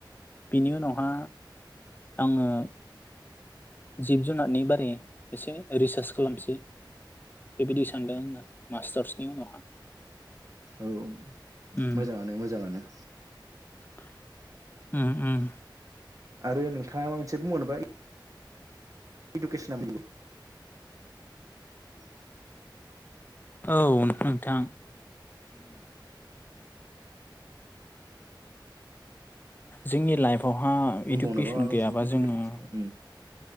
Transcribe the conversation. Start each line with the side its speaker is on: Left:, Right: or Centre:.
Left: बिनि उनावहा आङो जिब जुनारनि बारै एसे रिसार्च खालामसै बेबायदि सानदों आङो मास्टार्सनि उनावहा
Right: औ
Left: उम
Right: मोजाङानो मोजाङानो
Left: <unintelligible> <unintelligible>
Right: आरो नोंथाङा माबा मोनसे बङरोबा इडुकेसनाोबो <unintelligible>
Left: औ नोंथां जोंनि लाइफआवहा
Right: बुंबावनोबा
Left: इडुकेसन
Right: माबा मोनसे
Left: गैयाबा
Right: इडुकेसननि
Left: जोङो
Right: सायाव उम